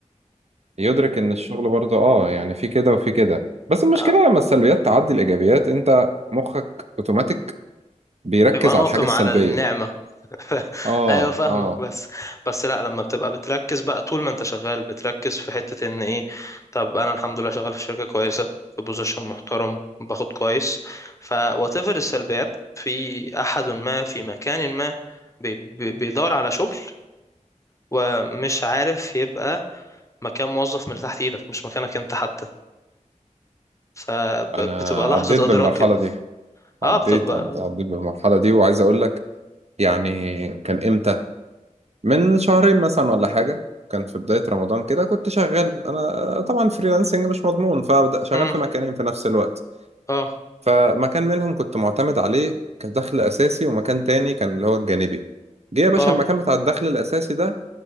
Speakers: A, on the right; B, on the left.
A: يدرك ان الشغل برضو اه يعني في كده وفي كده بس المشكلة
B: اه
A: لما السلبيات تعدي الايجابيات انت مخك اوتوماتيك بيركز
B: يبقى ناقم
A: على الحاجة السلبية
B: على النعمة <laughs> ف-
A: اه
B: ايوه فاهمك
A: اه
B: بس بس لا لما بتبقى بتركز بقى طول ما انت شغال بتركز في حتة ان ايه طب انا الحمد لله شغال في شركة كويسة في بوزيشن محترم باخد كويس ف whatever السلبيات في احد ما في مكان ما بي بي بيدور على شغل ومش عارف يبقى مكان موظف من تحت ايدك مش مكانك انت حتى فبتبقى
A: انا عديت
B: لحظة
A: بالمرحلة
B: ادراك إن-
A: دي
B: اه
A: عديت
B: بتبقى
A: عد- عديت بالمرحلة دي وعايز اقول لك يعني كان امتى من شهرين مثلا ولا حاجة كان في بداية رمضان كده كنت شغال أنا طبعا فريلانسنج مش مضمون فشغال
B: امم
A: في مكانين في نفس الوقت
B: اه
A: فمكان منهم كنت معتمد عليه كدخل أساسي ومكان تاني كان اللي هو الجانبي جه يا باشا
B: اه
A: المكان بتاع الدخل الأساسي ده